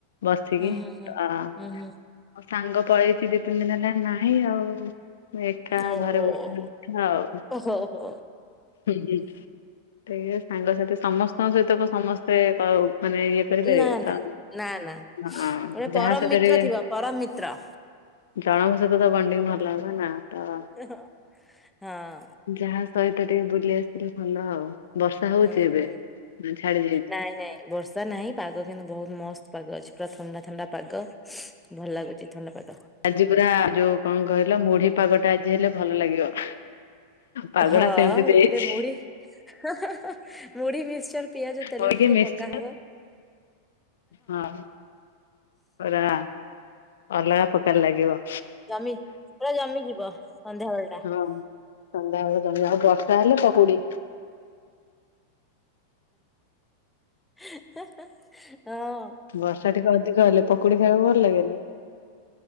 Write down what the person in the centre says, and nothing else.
ହୁଁ
ହୁଁ ହୁଁ।
ହୁଁ
ହୁଁ
ଓ ହୋ ହୋ
ନା ନା।
ନା ନା
ଗୋଟେ ପରମ
ମିତ୍ର
ଥିବ ପରମ ମିତ୍ର
ଅହଁ, ହଁ।
ହୁଁ।
ନାଇଁ ନାଇଁ ବର୍ଷା ନାହିଁ, ପାଗ କିନ୍ତୁ ବହୁତ ମସ୍ତ ପାଗ ଅଛି। ପୁରା ଥଣ୍ଡା ଥଣ୍ଡା ପାଗ। ଭଲ ଲାଗୁଛି ଥଣ୍ଡା ପାଗ।
ହ,
ଗୋଟେ ମୁଢି, ହା ହା ହା, ମୁଢି ମିିକ୍ଚର ପିଆଜ ତେଲ
ଟିକେ
ପକା ହବ
ଯମି, ପୁରା ଯମି ଯିବ ସନ୍ଧ୍ୟାବେଳ।
ହେଁ ହେଁ ଅଁ।